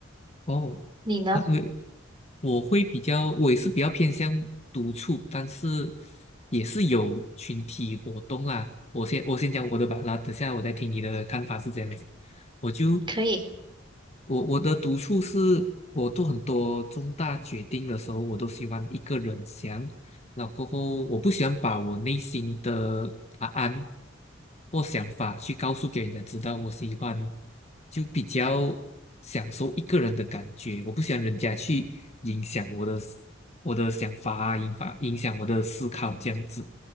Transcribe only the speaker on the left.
哦。
那因为我会比较，我也是比较偏向独处，但是也是有群体活动啦。我先我先讲我的吧，然后等下我再听你的看法是这样子。我就
我我的独处是，我做很多重大决定的时候，我都喜欢一个人想，然后过后我不喜欢把我内心的答案或想法去告诉给人家知道，我喜欢就比较享受一个人的感觉，我不喜欢人家去影响我的思我的想法啊，影响影响我的思考这样子。